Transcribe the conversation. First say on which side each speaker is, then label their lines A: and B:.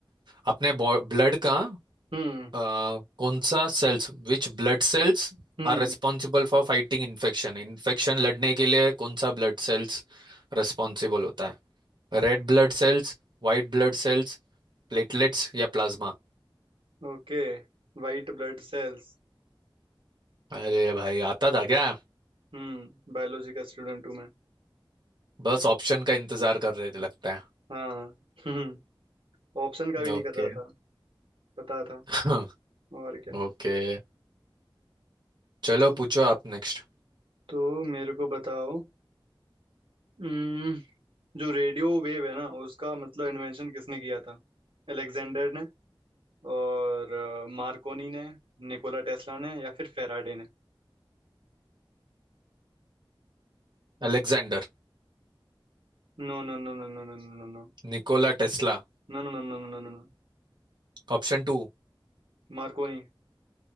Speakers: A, on the right; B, on the right.
A: अपने ब्लड का
B: हम्म
A: अ, कौन सा cells which blood cells
B: हम्म
A: are responsible for fighting infection Infection लड़ने के लिए कौन सा ब्लड सेल्स रेस्पॉन्सिबल होता है Red blood cells white blood cells platelets या प्लाज्मा
B: Okay White blood sales
A: अरे भाई आता था क्या
B: हम्म Biology का स्टूडेंट हूँ मैं
A: बस ऑप्शन का इंतजार कर रहे थे लगता
B: हाँ <laughs> हम्म ऑप्शन का
A: है
B: भी नहीं
A: ओके
B: कर रहा था पता था
A: <laughs>
B: और क्या
A: ओके चलो
B: ठीक
A: पूछो आप next
B: तो मेरे को बताओ हम्म जो रेडियो वेव है ना उसका मतलब इन्वेंशन किसने किया था अलेक्जेंडर ने और अ, मार्कोनी ने निकोला टेस्ला ने या फिर फेराडे ने
A: Alexander
B: No no no no no no no no no
A: Nikola Tesla
B: no no no no no no no
A: Option two
B: Marconi